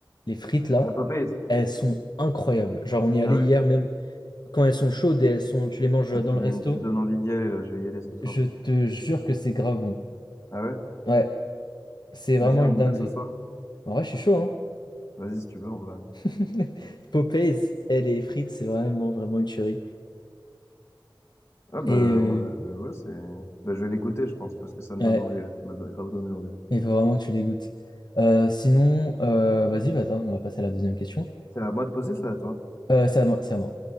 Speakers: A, on the left; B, on the left.
A: les frites là,
B: À Popeyes.
A: elles sont incroyables. Genre, on y est allé
B: Ah ouais?
A: hier même. Quand elles sont chaudes et elles sont, tu les manges
B: Ah, tu,
A: dans le
B: me-
A: resto,
B: tu me donnes envie d'y aller, là, je vais y aller ce soir.
A: je te jure que c'est grave bon.
B: Ah ouais?
A: Ouais, c'est vraiment
B: Vas-y, on
A: une dinguerie.
B: y va ce soir.
A: En vrai, je suis chaud, hein.
B: Vas-y, si tu veux, en vrai.
A: <laughs> Popeyes, et les frites, c'est vraiment, vraiment une tuerie.
B: Ah bah
A: Et euh,
B: moi je- ouais, c'est bah, je vais les goûter je pense parce que ça me
A: ouais,
B: donne envie là. tu m'as don- grave donné envie.
A: il faut vraiment que tu les goûtes. Euh, sinon, euh, vas-y, bah, attends, on va passer à la deuxième question.
B: C'est à moi de poser ça à toi.
A: Euh, c'est à moi, c'est à moi.